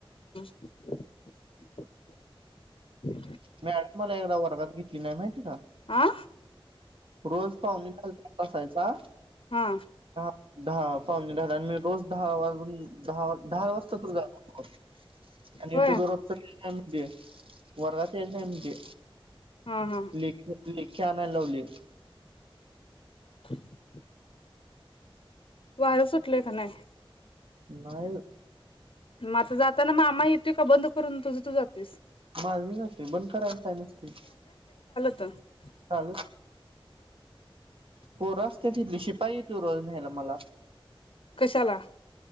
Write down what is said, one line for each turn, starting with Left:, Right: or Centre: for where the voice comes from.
Left: <inaudible>
Right: मॅडमनी मला एकदा वर्गात घेतली नाही माहितीये. माहिती का?
Left: आ
Right: रोज पाहुणे चालत. बसायचा.
Left: हा
Right: दहा, पावणे दहा मी रोज दहा वाजून हम्म दहा दहा वाजता जाण होत आणि
Left: होय
Right: तू दररोजच ते वरात. नमजे
Left: हा हा
Right: <unintelligible> लिख कॅमॅन लव्ह ल्यू
Left: <unintelligible> वहेर सुटलं का नाही
Right: नाहीय
Left: मझ जाताना मामा येत तू का बंद करून तुझ तू जातेस.
Right: माल म जाते बंद करायला य नसती.
Left: त्ता <unintelligible>
Right: चाल हो रस्त तिथली शि पाहि तू रोज न्याला मला.
Left: पशाला